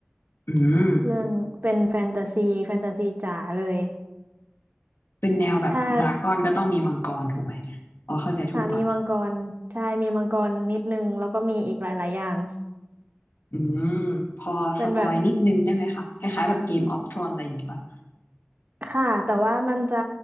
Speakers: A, on the left; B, on the right.
A: อืม
B: เรื่องเป็นแฟนตาซีแฟนตาซีจ๋าเลย
A: เป็นแนวแบบดราก้อนก็ต้องมีมังกรถูกไหม
B: ถ้า
A: อ๋อเข้าใจถูกปะ
B: ค่ะมีมังกรใช่มีมังกรนิดนึงแล้วก็มีอีกหลาย ๆ อย่าง
A: อืมพอสปอยนิดนึงได้ไหมคะคล้ายๆแบบเกมออฟทรอนอะไรอย่างงี้ปะ
B: เป็นแบบ ค่ะแต่ว่ามันจะ